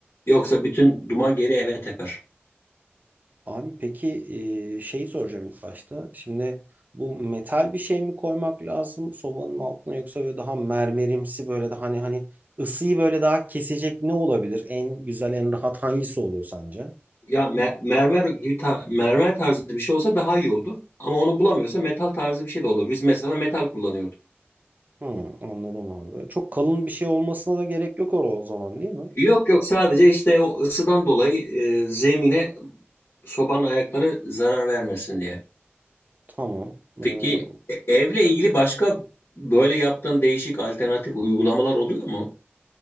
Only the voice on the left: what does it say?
Yoksa bütün duman geri eve teper.
Ya me- mermer gibi ta- mermer tarzı bir şey olsa daha iyi olur. Ama onu bulamıyorsa metal tarzı bir şey de olur. Biz mesela metal kullanıyorduk.
Yok yok sadece işte o ısıdan dolayı e, zemine sobanın ayakları zarar vermesin diye.
Peki e- evle ilgili başka böyle yaptığın değişik alternatif uygulamalar oluyor mu?